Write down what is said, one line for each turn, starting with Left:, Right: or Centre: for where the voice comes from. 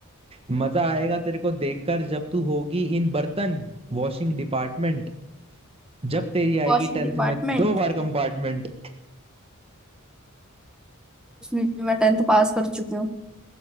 Right: मजा आएगा तेरे को देखकर जब तू होगी इन बर्तन वॉशिंग डिपार्टमेंट जब तेरी आएगी
Centre: वॉशिंग
Right: टेंथ
Centre: डिपार्टमेंट
Right: में दो बार कंपार्टमेंट
Centre: उसमें भी मैं टेंथ पास कर चुकी हूँ